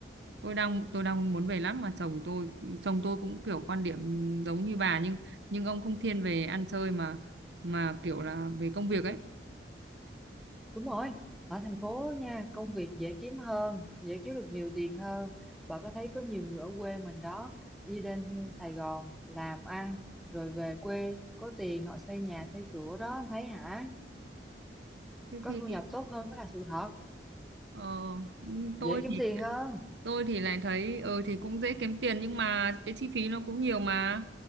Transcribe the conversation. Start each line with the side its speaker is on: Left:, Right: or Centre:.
Right: tôi đang tôi đang muốn về lắm mà chồng tôi chồng tôi cũng kiểu quan điểm giống như bà nhưng nhưng ông không thiên về ăn chơi mà mà kiểu là về công việc ấy
Centre: Đúng rồi, ở thành phố nha, công việc dễ kiếm hơn, dễ kiếm được nhiều tiền hơn. Bà có thấy có nhiều người ở quê mình đó, đi lên Sài Gòn làm ăn, rồi về quê có tiền họ xây nhà xây cửa đó, em thấy hả?
Right: thế
Centre: Có
Right: thì
Centre: thu nhập tốt hơn đó là sự thật,
Right: ờ,
Centre: dễ
Right: tôi
Centre: kiếm
Right: thì
Centre: tiền hơn.
Right: tôi thì lại thấy ờ thì cũng dễ kiếm tiền nhưng mà cái chi phí nó cũng nhiều mà